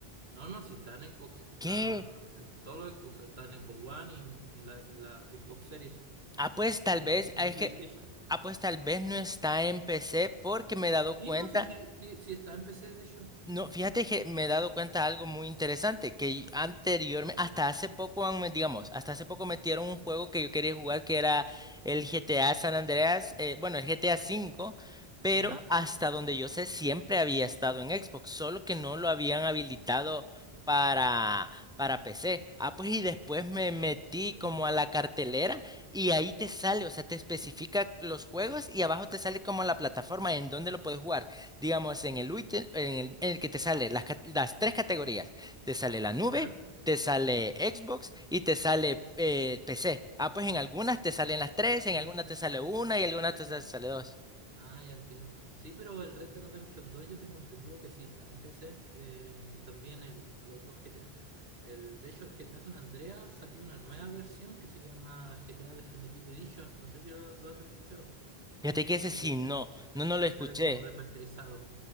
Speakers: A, on the right (about 80°); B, in the centre.
A: No, no, si está en Xbox, está
B: ¿Qué?
A: en todos los Xbox, está en Xbox One y en, y en la, en la Xbox Series
B: Ah, pues tal
A: eh,
B: vez,
A: y
B: ah,
A: en
B: es
A: PlayStation.
B: que, ah, pues tal vez no está en PC porque me he dado
A: Sí,
B: cuenta.
A: no, sí, sí, sí, sí está en PC, de hecho.
B: No, fíjate que me he dado cuenta de algo muy interesante, que anteriormente, hasta hace poco, han me- digamos, hasta hace poco metieron un juego que yo quería jugar que era el GTA San Andreas, eh, bueno, el GTA V, pero
A: ¿Ya?
B: hasta donde yo sé siempre había estado en Xbox, solo que no lo habían habilitado para, para PC. Ah, pues y después me metí como
A: Mm,
B: a la cartelera y ahí te sale, o sea, te especifica los juegos y abajo te sale como la plataforma en donde lo puedes jugar digamos, en el ítem, en el, en el que te sale las, ca- las tres categorías, te sale la nube,
A: ¿Ah?
B: te sale Xbox y te sale eh, PC. Ah, pues en algunas te salen las tres, en
A: mm,
B: algunas te sale una y
A: sí,
B: en
A: sí,
B: algunas
A: sí,
B: te
A: sí.
B: sale dos.
A: Ah, ya entiendo. Sí, pero el Red Dead Redemption dos yo tengo entendido que sí está en PC eh, y también el, el otro GTA. El, de hecho, el GTA San Andreas salió una nueva versión que se llama GTA Definitive Edition. No sé si lo, lo has escuchado.
B: Fíjate que ese sí
A: Eh,
B: no, no, no lo
A: Que
B: escuché.
A: sale como remasterizado,